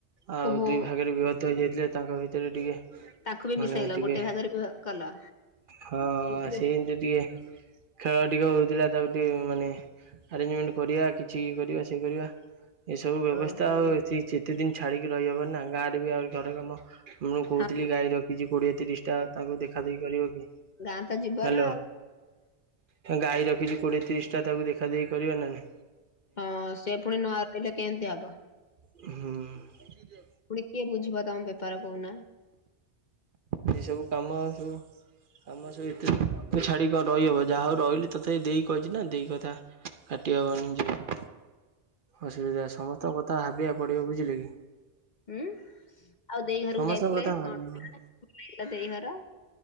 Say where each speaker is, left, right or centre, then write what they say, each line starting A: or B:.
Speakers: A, on the right; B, on the left.
A: ଆଉ
B: ଓହୋ
A: ଦୁଇ ଭାଗରେ ବିଭକ୍ତ ହେଇଯାଇଥିଲେ ତାଙ୍କ ଭିତରେ ଟିକେ
B: ତାଙ୍କୁ ବି
A: ମାନେ
B: ମିଶେଇଲ
A: ଟିକେ
B: ଗୋଟେ ଭାଗରେ କଲ।
A: ହଁ
B: ଗୋଟିଏ
A: ସେ ଏମିତି ଟିକେ ଖେଳ ଟିକେ ହଉଥିଲା ତାକୁ ଟିକେ ମାନେ ଆରେଞ୍ଜମେଣ୍ଟ କରିବା କିଛି କରିବା ସେ କରିବା ଏସବୁ ବ୍ୟବସ୍ଥା
B: ଓହୋ
A: ଆଉ ତେ କିଛି ଦିନ ଛାଡ଼ିକି ରହିହବ ନା ଗାଁ ରେ ବି ଆ ଘର କାମ। ମୁଁ କହୁଥିଲି
B: ହଁ
A: ଗାଈ ରଖିଛି କୋଡିଏ ତିରିଶ ଟା ତାଙ୍କୁ ଦେଖାଦଖି କରିବ କିଏ?
B: ଗାଁ ତ ଜୀବନ
A: ହ୍ୟାଲୋ
B: ଆଉ
A: ଗାଈ ରଖିଛୁ? କୋଡିଏ ତିରିଶ ଟା ତାକୁ ଦେଖା ଦେଇେଇ କରିବ ନାହିଁ।
B: ହଁ ସେ ପୁଣି ନୁଆ ରହିଲେ କେମତି ହବ?
A: ହୁଁ।
B: କଏ ବୁଝିବ ତମ ବେପାର କହୁନା।
A: ଏଇ ସବୁ କାମ ସବୁ କାମ ସବୁ ଏଥି ତ ଛାଡିକି କଣ ରହିହବ ଯାହା ହଉ ରହିଲି ତ ତଥାପି ଦେଇ କହିଛି ନା ଦେଇ କଥା। କାଟି ହେବନି ଯେହେତୁ ଅସୁବିଧା ସମସ୍ତଙ୍କ କଥା ଭାବିବାକୁ ପଡ଼ିବ ବୁଝିଲେ କି।
B: ହୁଁ ଆଉ ଦେଇ ଘରକୁ
A: ସମସ୍ତଙ୍କ
B: ଯାଇଥିଲେ
A: କଥା
B: <unintelligible>
A: ଭାବିବାକୁ ପଡିବ।
B: କଣ ଦେଇ ଘର?